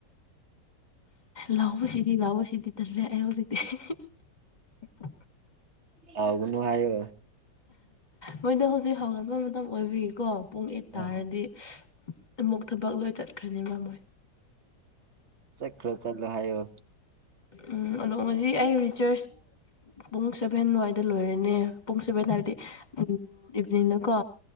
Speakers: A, on the left; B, on the right.
A: ꯂꯥꯎꯕꯁꯤꯗꯤ ꯂꯥꯎꯕꯁꯤꯗꯤ ꯇꯜꯂꯦ ꯑꯩ ꯍꯧꯖꯤꯛꯇꯤ <unintelligible> <inaudible>
B: ꯁꯥꯎꯒꯅꯨ ꯍꯥꯏꯌꯣ
A: ꯃꯣꯏꯗꯣ ꯍꯧꯖꯤꯛ ꯍꯧꯒꯠꯄ ꯃꯇꯝ ꯑꯣꯏꯕꯤꯀꯣ ꯄꯨꯡ ꯑꯦꯠ
B: ꯑꯣ
A: ꯇꯥꯔꯗꯤ ꯑꯃꯨꯛ ꯊꯕꯛ ꯂꯣꯏ ꯆꯠꯈ꯭ꯔꯅꯤ ꯃꯣꯏ
B: ꯆꯀ꯭ꯔꯣ ꯆꯠꯂꯣ ꯍꯥꯏꯣ
A: ꯎꯝ ꯑꯗꯣ ꯉꯖꯤ ꯑꯩ ꯔꯤꯆꯥꯔꯖ ꯄꯨꯡ ꯁꯦꯚꯦꯟ ꯋꯥꯏ ꯗ ꯂꯣꯏꯔꯦꯅꯦ ꯄꯨꯡ ꯁꯨꯕꯅ ꯍꯥꯏꯕꯗꯤ ꯎꯝ ꯏꯚꯤꯅꯤꯡꯅ ꯀꯣ